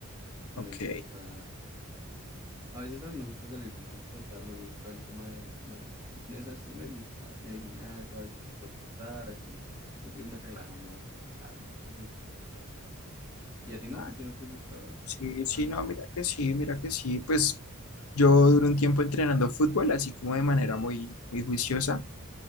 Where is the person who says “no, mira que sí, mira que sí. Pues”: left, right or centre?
Left